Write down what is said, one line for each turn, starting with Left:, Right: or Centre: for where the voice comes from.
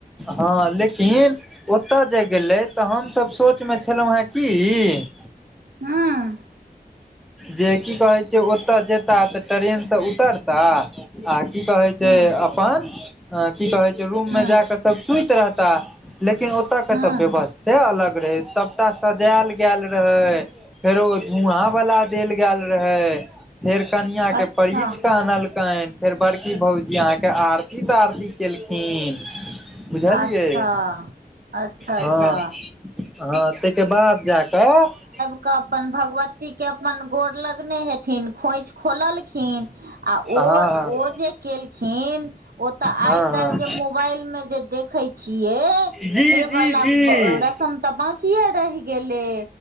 Centre: हँ लेकिन ओतय जे गेलै तऽ हमसभ सोचमे छलहुँ हे की
Right: हँ
Centre: जे की कहै छै ओतौ जेताह तऽ ट्रेनसँ उतरता आ की कहै छै
Right: हूँ
Centre: अपन की कहैत छै रूममे
Right: हूँ
Centre: जा कऽ सभ सुति रहता लेकिन ओतयके
Right: हूँ
Centre: तऽ व्यवस्थे अलग रहै सभटा सजायल गेल रहै फेर ओ धुआँ वला देल गेल रहै फेर कनिया के
Right: अच्छा
Centre: परिछ क आनलकैन फेर बड़की भौजी आँहा के आरती तरती केलखिन बुझलियै
Right: अच्छा अच्छा
Centre: हँ
Right: अच्छा
Centre: हँ त के बाद जा कऽ
Right: केऽ अपन भगवती के अपन गोर लगने हेथिन खोंइछि खोलल खिन
Centre: हँ
Right: ओ
Centre: हँ
Right: जे केलखिन् ओ त
Centre: हँ
Right: आय
Centre: हँ
Right: कायल मोबाईल में जे देखे छियए
Centre: जी
Right: से
Centre: जी
Right: वला
Centre: जी
Right: रसम तऽ बकए रहि गेलै